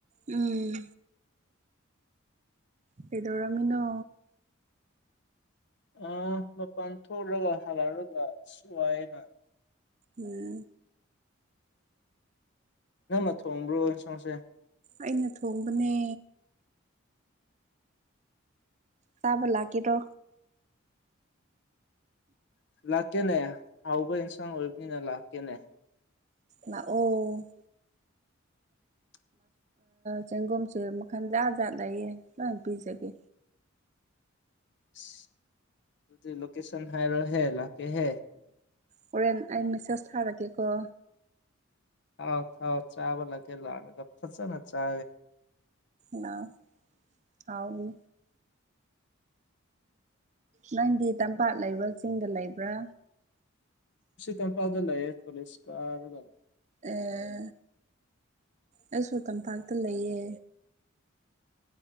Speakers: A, on the right (about 35°); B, on the left (about 55°).
A: ꯎꯝ
B: <inaudible>
A: ꯀꯗꯧꯔꯥꯃꯤꯅꯣ
B: ꯑ ꯃꯄꯥꯟ ꯊꯣꯛꯂꯒ ꯍꯜꯂꯛꯔꯒ ꯁꯏꯅ
A: ꯎꯝ
B: ꯅꯪꯃ ꯊꯣꯡꯕ꯭ꯔꯣ ꯁꯣꯁꯦ
A: ꯑꯩꯅ ꯊꯣꯡꯕꯅꯦ ꯇꯥꯕ ꯂꯥꯛꯀꯤꯦ ꯇꯣ
B: ꯂꯥꯛꯀꯦꯅꯦ ꯍꯥꯎꯕ ꯑꯦꯟꯁꯥꯡ ꯑꯣꯏꯕꯅꯤꯅ ꯂꯥꯛꯀꯦꯅꯦ
A: ꯅ ꯑꯣ
B: <inaudible>
A: ꯆꯦꯡꯒꯨꯝꯁꯦ ꯃꯈꯟꯖꯥꯠ ꯖꯥꯠ ꯂꯩꯌꯦ ꯂꯣꯏ ꯄꯤꯖꯒꯦ
B: ꯑꯁ ꯑꯗꯨꯗꯤ ꯂꯣꯀꯦꯁꯟ ꯍꯥꯏꯔꯍꯦ ꯂꯥꯛꯀꯦꯍꯦ
A: ꯑꯣꯣꯔꯦꯟ ꯑꯩ ꯃꯦꯁꯦꯖ ꯊꯔꯒꯦꯀꯣ
B: ꯊꯥꯎ ꯊꯥꯎ ꯆꯥꯕ ꯂꯒꯦ ꯂ ꯐꯁ ꯆꯥ
A: ꯅꯥꯎ ꯑꯥꯎꯒꯤ ꯅꯪꯗꯤ ꯇꯝꯄꯥꯛ ꯂꯩꯕ꯭ꯔꯥ ꯆꯤꯡꯗ ꯂꯩꯕ꯭ꯔꯥ
B: ꯁꯤ ꯀꯝ ꯐꯥꯎꯗꯂ ꯀꯂꯤꯁ ꯀ
A: ꯑꯦ ꯑꯩꯁꯨ ꯇꯝꯄꯥꯛꯇ ꯂꯩꯌꯦ